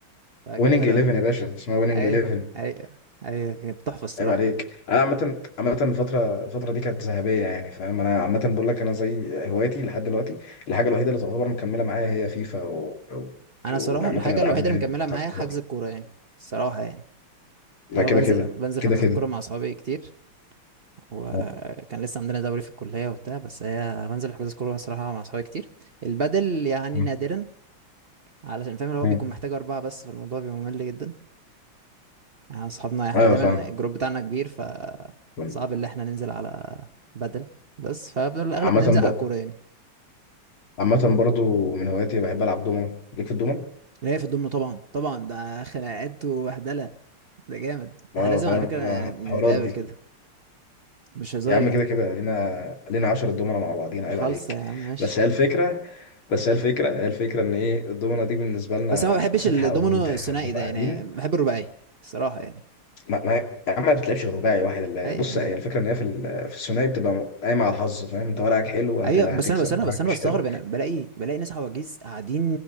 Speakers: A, on the right; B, on the left.
A: فكانت
B: ويننج
A: حلوه
B: 11
A: قوي
B: يا باشا اسمها ويننج 11
A: اي اي اي كانت تحفه الصراحه
B: عيب عليك انا عامه عامه الفتره الفتره دي كانت ذهبيه يعني فاهم انا عامه بقول لك انا زي هوايتي لحد دلوقتي الحاجه الوحيده اللي تعتبر مكمله معايا هي فيفا و... و...
A: انا
B: وعامه
A: صراحه الحاجه
B: الالعاب
A: الوحيده
B: اللي
A: اللي
B: هي
A: مكمله
B: بتاعت
A: معايا
B: الكوره
A: حجز الكوره يعني الصراحه يعني
B: ده
A: يعني
B: كده
A: هو بنزل
B: كده
A: بنزل
B: كده
A: حجوزات
B: كده
A: كوره مع اصحابي كتير وكان
B: آه.
A: لسه عندنا دوري في الكلية وبتاع بس هي بنزل الحجوزات كورة صراحة مع صحابي كتير البدل يعني
B: آه.
A: نادرا علشان فاهم اللي هو
B: آه.
A: بيكون محتاج أربعة بس فالموضوع بيبقى ممل جدا يعني أصحابنا يعني
B: ايوه
A: دايما
B: فاهم
A: الجروب بتاعنا كبير ف
B: فاهم.
A: صعب اللي احنا ننزل على بدل بس فالأغلب
B: عامه
A: ننزل على
B: ب...
A: كورة يعني
B: عامه برضو من هواياتي بحب العب دومنه ليك في الدومنه
A: اللي هي في الضمن طبعا طبعا ده خناقات وبهدلة ده جامد
B: اه
A: احنا لازم
B: فاهم
A: على فكرة نتقابل
B: الحوارات دي
A: كده مش هزار
B: يا عم
A: يعني
B: كده كده لينا لينا 10 دومنة مع بعضينا عيب
A: خالصة
B: عليك
A: يا عم ماشي
B: بس هي الفكرة بس هي الفكرة هي الفكرة ان ايه الدومنة دي بالنسبة لنا
A: بس انا ما بحبش
B: قصتها
A: الدومينو
B: قوي احنا
A: الثنائي
B: بنبقى
A: ده يعني
B: قاعدين
A: بحب الرباعي الصراحة يعني
B: ما ما يا عم ما بتلعبش غير رباعي واحد اللي
A: ايوه
B: بص هي الفكرة ان هي في ال- في الثنائي بتبقى قايمة على الحظ فاهم انت ورقك حلو هتلا
A: ايوه بس
B: هتكسب
A: انا بس انا
B: ورقك
A: بس انا
B: مش
A: بستغرب
B: حلو
A: انا بلاقي بلاقي ناس عواجيز قاعدين